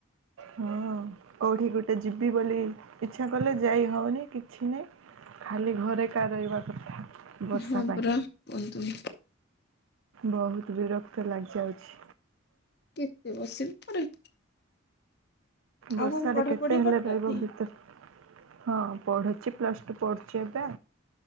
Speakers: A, on the right; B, on the left.
A: ହଁ। କୋଉଠି ଗୋଟେ ଯିବି ବୋଲି ଇଚ୍ଛା କଲେ ଯାଇ ହଉନି କିଛି ନାହିଁ। ଖାଲି ଘରେ ଏକା ରହିବା କଥା। ବର୍ଷା
B: ହଁ
A: ପାଇଁ
B: ପରା କୁହାନ୍ତୁନି।
A: ବହୁତ ବିରକ୍ତ ଲାଗିଯାଉଛି।
B: କେତେ ବସିବ ପରେ।
A: ବର୍ଷାରେ
B: ଆଉ କଣ ପଢାପଢି
A: କେତେ ହେଲେ
B: କରୁଛନ୍ତି
A: ରହିବ ଭିତରେ। ହଁ ପଢୁଛି ପ୍ଲସ୍ ଟୁ ପଢୁଛି ଏବେ।